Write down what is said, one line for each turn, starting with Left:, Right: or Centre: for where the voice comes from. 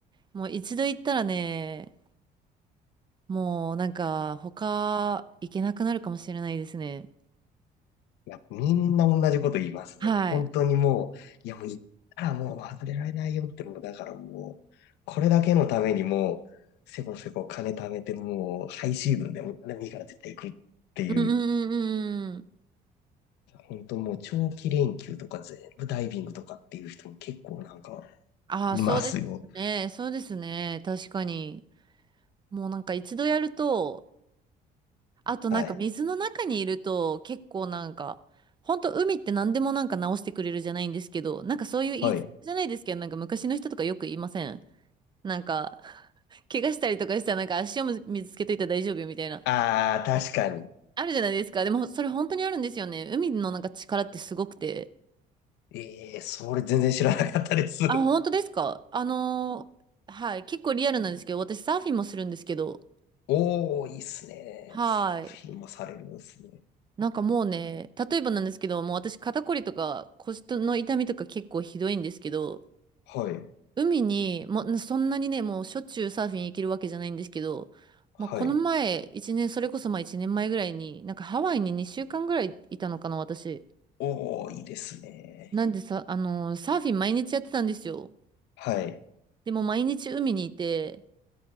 Right: もう一度行ったらね、もうなんか他行けなくなるかもしれないですね。
Left: いや、みんな同じこと言いますね。
Right: はい。
Left: もう本当にもう、いやもう行ったらもう忘れられないよって、もうだからもう、これだけのためにもう、せこせこ金貯めてもう、ハイシーズンでも何でもいいから絶対行くっていう、
Right: うんうんうんうん。
Left: 本当もう長期連休とか全部ダイビングとかっていう人も結構なんか
Right: ああ、
Left: いますよ。
Right: そうですね。そうですね。確かに。もうなんか一度やると、あとなんか水の中にいると結構なんか、
Left: はい。
Right: ほんと海って何でもなんか直してくれるじゃないんですけど、なんかそういう言い伝えじゃないですけど、
Left: はい。
Right: なんか昔の人とかよく言いませんなんか、<laughs> 怪我したりとかしたらなんか足を水つけといたら大丈夫よみたいな。
Left: ああ、確かに。
Right: あるじゃないですか。でもそれ本当にあるんですよね。海のなんか力ってすごくて。
Left: ええそれ全然知らなかったです。
Right: あ、本当ですかあのーはい。結構リアルなんですけど、私サーフィンもするんですけど、
Left: おー、いいっすね。
Right: はい。
Left: サーフィンもされるんですね。
Right: なんかもうね、例えばなんですけど、もう私肩こりとか腰の痛みとか結構ひどいんですけど、
Left: はい。
Right: 海に、もうそんなにね、もうしょっちゅうサーフィン行けるわけじゃないんですけど、
Left: はい。
Right: まあこの前、一年、それこそまあ一年前ぐらいに、なんかハワイに2週間ぐらいいたのかな、私。
Left: おーいいですね。
Right: なんでさ、あのーサーフィン毎日やってたんですよ。
Left: はい。
Right: でも毎日海にいて、